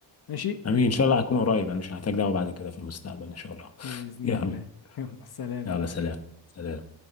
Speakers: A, on the left; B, on the left.
A: ماشي
B: امين ان شاء الله هكون قريب انا مش هحتاج دعوة بعد كده في المستقبل ان شاء الله
A: بإذن
B: <laughs> يلا
A: الله <laughs> يلا سلام
B: يلا
A: يا باشا
B: سلام سلام